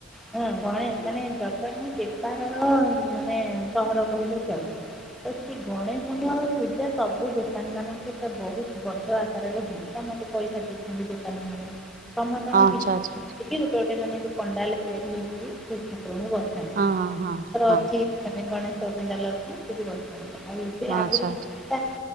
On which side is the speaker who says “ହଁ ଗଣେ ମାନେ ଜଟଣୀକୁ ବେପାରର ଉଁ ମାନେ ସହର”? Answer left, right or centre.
Centre